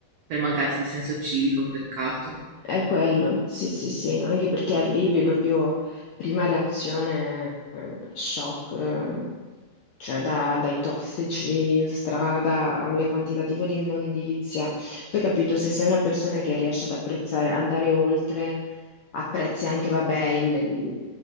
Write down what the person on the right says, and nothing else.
per mancanza di senso civico, è un peccato.